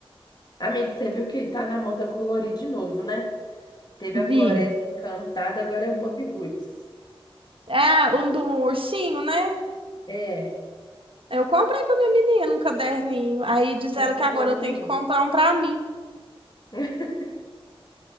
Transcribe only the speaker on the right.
Vi.
É, um do ursinho, né?
Eu comprei pra minha menina um caderninho. Aí diz ela
que
agora eu
tenho que comprar um pra mim.